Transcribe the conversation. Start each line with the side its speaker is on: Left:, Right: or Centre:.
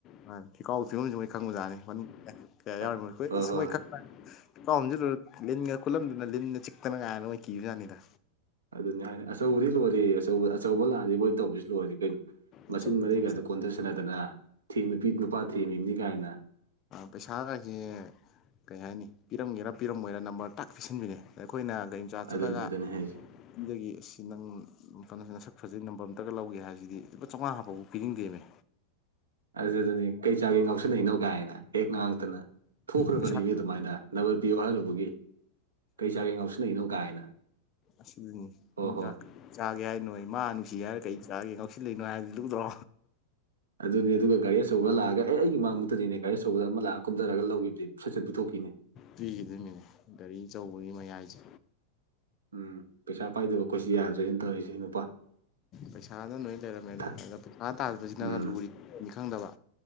Left: ꯃꯥ ꯊꯤꯀꯥꯎ ꯐꯤꯕꯝꯨ ꯃꯣꯏ ꯈꯪꯕꯖꯥꯠꯅꯤ ꯀꯌꯥ
Right: ꯍꯣꯏ
Left: ꯌꯥꯎꯔꯤꯕꯣꯏ
Right: ꯍꯣꯏ
Left: ꯁꯨꯡꯩ
Right: ꯍꯣꯏ
Left: ꯊꯤꯀꯥꯎ ꯑꯖꯤ ꯂꯣꯏ ꯂꯤꯟꯒ ꯈꯨꯠꯂꯝꯗꯨꯅ ꯂꯤꯟꯅ ꯆꯤꯛꯇꯅ ꯉꯥꯏꯅ ꯃꯣꯏ ꯀꯤꯕ ꯌꯥꯅꯤꯗ
Right: ꯑꯗꯨꯅꯤ ꯍꯥꯏꯅꯤ ꯑꯆꯧꯕꯗꯤ ꯂꯣꯏꯔꯦ ꯑꯆꯧꯕ ꯑꯆꯧꯕ ꯂꯥꯛꯑꯗꯤ ꯃꯣꯏ ꯇꯧꯕꯁꯨ ꯂꯣꯏꯔꯗꯤ ꯀꯩꯅꯣ ꯃꯆꯤꯟ
Left: ꯑꯆꯧꯕꯗꯤ
Right: ꯃꯔꯩ ꯀꯥꯏꯗ ꯀꯣꯟꯊ ꯁꯅꯗꯅ ꯊꯦꯝ ꯅꯨꯄꯤ ꯅꯨꯄꯥ ꯊꯦꯝꯃꯤꯕꯅꯤ ꯀꯥꯏꯅ
Left: ꯄꯩꯁꯥ ꯀꯁꯦ ꯀꯩ ꯍꯥꯏꯅꯤ ꯄꯤꯔꯝꯒꯦꯔꯥ ꯄꯤꯔꯝꯃꯣꯏꯔ ꯅꯝꯕꯔ ꯇꯥꯛ ꯄꯤꯁꯤꯟꯕꯤꯅꯦ ꯑꯩꯈꯣꯏꯅ ꯃꯆꯥ ꯆꯠꯂꯒ
Right: ꯑꯗꯨꯅꯤ ꯑꯗꯨꯅꯤ ꯍꯥꯏꯁꯦ
Left: ꯑꯗꯨꯗꯒꯤ ꯑꯁ ꯁꯤ ꯅꯪ ꯃꯇꯝꯁꯤꯅ ꯁꯛ ꯐꯖꯩ ꯅꯝꯕꯔ ꯑꯝꯇꯒ ꯂꯧꯒꯦ ꯍꯥꯏꯁꯤꯗꯤ ꯂꯨꯄꯥ ꯆꯥꯝꯉꯥ ꯍꯥꯞꯐꯥꯎꯐꯥꯎ ꯄꯤꯅꯤꯡꯡꯗꯦꯝꯃꯦ
Right: ꯑꯗꯨ ꯑꯗꯨꯅꯤ ꯀꯩ ꯆꯥꯛꯒꯦ ꯉꯥꯎꯁꯟꯅꯅꯣ ꯀꯥꯏꯅ ꯍꯦꯛ ꯉꯥꯡꯇꯅ ꯊꯣꯛꯈ꯭ꯔꯕꯅꯤ
Left: ꯄꯩꯁꯥ
Right: ꯃꯤ ꯑꯗꯨꯃꯥꯏꯅ ꯅꯕꯔ ꯄꯤꯌꯨ ꯍꯥꯏꯔꯨꯕꯒꯤ ꯀꯩ ꯆꯥꯒꯦ ꯉꯥꯎꯁꯤ ꯅꯩꯅꯣ ꯀꯥꯏꯅ
Left: ꯑꯁꯤꯗꯨꯅꯤ
Right: ꯍꯣꯏ
Left: ꯑꯤꯟꯥꯛ
Right: ꯍꯣꯏ
Left: ꯆꯥꯒꯦ ꯍꯥꯏꯅꯣꯏ ꯃꯥ ꯅꯨꯡꯁꯤ ꯍꯥꯏꯔ ꯀꯩ ꯆꯥꯒꯤꯦ ꯉꯧꯁꯤꯜ ꯂꯩꯅꯣ ꯍꯥꯏꯕꯗꯤ ꯂꯨꯗ꯭ꯔꯣ
Right: ꯑꯗꯨꯅꯦ ꯑꯗꯨꯒ ꯒꯥꯔꯤ ꯑꯆꯧꯕ ꯂꯥꯛꯑꯒ ꯑꯦ ꯑꯩꯒꯤ ꯃꯥꯡꯃꯨꯠꯇꯅꯤꯅꯦ ꯒꯥꯔꯤ ꯑꯆꯧꯕ ꯑꯃ ꯂꯥꯛ ꯊꯔꯒ ꯂꯧꯈꯤꯕꯗꯤ ꯁꯠꯆꯦꯠ ꯄꯤꯊꯣꯛꯈꯤꯅꯤ
Left: ꯄꯤꯈꯤꯗꯣꯏꯃꯤꯅꯦ ꯒꯥꯔꯤ ꯑꯆꯧꯕꯒꯤ ꯃꯌꯥꯏꯁꯦ
Right: ꯎꯝ ꯄꯩꯁꯥ ꯄꯥꯏꯗꯕ ꯈꯣꯠꯁꯤ ꯌꯥꯗ꯭ꯔꯦꯅ ꯇꯧꯔꯛꯁꯦ ꯅꯨꯄꯥ
Left: ꯄꯩꯁꯥꯅ ꯅꯣꯏ ꯂꯩꯔꯝꯃꯦꯗ
Right: ꯊ
Left: ꯑꯗ ꯄꯩꯁꯥ ꯇꯥꯔꯤꯕꯁꯤꯅꯒ
Right: ꯎꯝ
Left: ꯂꯨꯔꯤꯅꯤ ꯈꯪꯗꯕ